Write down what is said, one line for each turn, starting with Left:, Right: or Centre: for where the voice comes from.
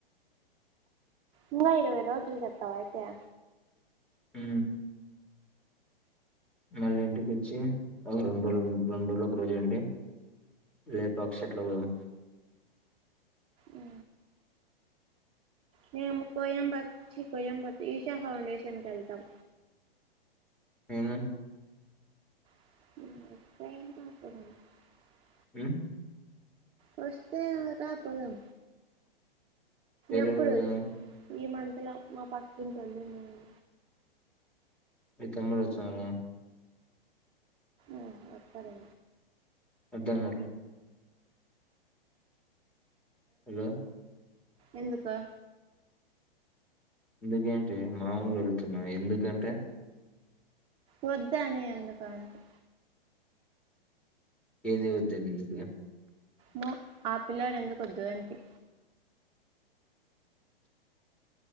Right: ఇంగా ఇరవై రోజులు చేత్తవాయితే
Centre: ఉ మళ్ళీ ఇంటికి వచ్చి ఒక రెండు రోజులు రెండు రోజులు ఒక రోజో ఉండి లేపాక్షి అట్ల పోదాం
Right: ఉ మేము కోయంబత్ చి కోయంబతి ఈషా ఫౌండేషన్ కెళ్తాం
Centre: నేను
Right: <unintelligible>
Centre: ఉ
Right: వస్తె రా పొదం
Centre: వేరే
Right: ఎప్పుడు
Centre: వాళ్ళు పోతున్నారు
Right: ఇ ఈ మంత్ లో మా పక్కంటోళ్లు మేము
Centre: మి తమ్ముడు వచ్చినడా
Right: ఆ వత్తడు
Centre: మధ్యానం లోపులు హలో
Right: ఎందుకొ
Centre: ఎందుకేంటి మాములు అడుగుతున్నా ఎందుకంటే
Right: వద్దనే ఎందుకనీ అ
Centre: ఏది వద్ద నికు ఇగ
Right: మో ఆ పిల్లాడు ఎందుకు వద్దు అనికి